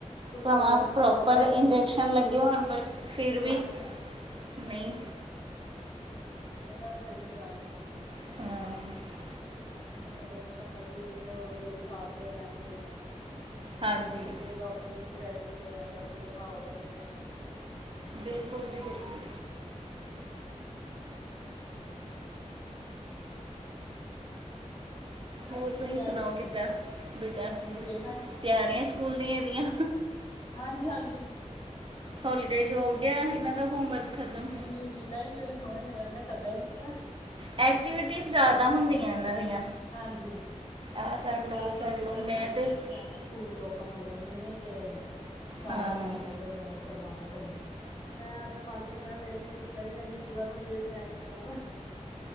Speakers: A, on the right; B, on the left.
A: ਭਾਵਾਂ
B: ਹੋ ਗਿਆ ਇਹਨਾਂ
A: ਪ੍ਰੋਪਰ
B: ਨੂੰ ਪਹਿਲੇ ਚਾਹੀਦੀ
A: ਇੰਜੈਕਸ਼ਨ
B: ਹੈ
A: ਲੱਗੇ ਹੋਣ ਬਸ ਫਿਰ ਵੀ
B: ਹਾਂਜੀ ਹਾਂਜੀ
A: ਨਹੀਂ
B: ਇਹਨਾਂ ਨੂੰ ਫੇਰ ਵੀ ਜੈਦਾ ਜ਼ਰੂਰੀ ਏ ਨਾ।
A: ਹਾਂ
B: ਅਪਣਾ ਤੇ ਚਲੋ ਜਿਦਾਂ ਮਰਜੀ ਇੱਕ ਗੋਲੀ ਖਾ ਕੇ ਮੈਨੇਜ ਹੋ ਜਾਂਦਾ।
A: ਹਾਂਜੀ
B: ਫੇਰ ਇਹਨਾਂ ਨੂੰ ਤਾਂ ਪੂਰੇ ਡਾਕਟਰ ਦੀ ਹੀ ਚਾਹੀਦੀ ਹੈ ਦਵਾਈ ਡਾਕਟਰ ਨੂੰ ਦਿਖਾਓ ਪਹਿਲੇ ਫੇਰ।
A: ਬਿਲਕੁਲ ਜੀ ਬਿਲਕੁਲ
B: ਹ <inaudible> ਰਾਤੀ
A: ਹੋਰ
B: ਕਿੰਨੇ
A: ਤੁਸੀਂ
B: ਵਜੇ ਆਏ
A: ਸੁਨਾਓ ਕਿੱਦਾਂ ਬੇਟਾ
B: ਮੂਵੀ ਦੇਖ ਆਏ
A: ਤਿਆਰੀਆਂ ਸਕੂਲ ਦੀਆਂ ਇਹਦੀਆਂ
B: ਹਾਂਜੀ ਹਾਂਜੀ।
A: ਹੋਲੀਡੇਜ ਹੋ ਗਿਆ ਇਹਨਾਂ ਦਾ ਹੋਮਵਰਕ ਖਤਮ
B: ਨਹੀਂ ਨਹੀਂ ਕੀਤਾ ਹੀ ਨਹੀਂ ਉਹਨੇ ਥੋੜਾ ਜਿਹਾ ਰਹਿੰਦਾ। ਕਰਦਾ ਈ ਨੀ ਪਿਆ
A: ਐਕਟੀਵਿਟੀਜ਼ ਜ਼ਿਆਦਾ ਹੁੰਦੀਆਂ ਇਹਨਾਂ ਦੀਆਂ
B: ਹਾਂਜੀ।
A: ਆਹ ਕਰ
B: ੳਹੀ ਮੈਡਮ
A: ਲਓ ਉਹ
B: ਕਹਿੰਦੀ
A: ਕਰ
B: ਪਈ
A: ਲਓ
B: ਸੀ ਵੀ ਅੱਜ
A: ਮੈਂ
B: ਮੈਡਮ ਦਾ
A: ਤੇ
B: ਮੈਸੇਜ ਨੀ ਆਇਆ ਨਾ। ਸਕੂਲ ਓਪਨ ਹੋ ਜਾਨੇ ਨੇ ਤੇ ਸਾਰਾ
A: ਹਾਂ
B: ਹੋਮਵਰਕ ਤੇ ਜਾਂ ਉਹ ਕਰਵਾਨਾਂ ਚਾਹੰਦੇ ਨ ਮੈਂ ਅਪਨੇ ਮਨ ਮੈਂ ਮੇਰੇ ਨੇ ਕੀਤਾ ਹੀ ਯਾਨੀ ਪੂਰਾ ਕੰਪਲੀਟ ਮੈਂ ਕੀ ਕਰਾਂ।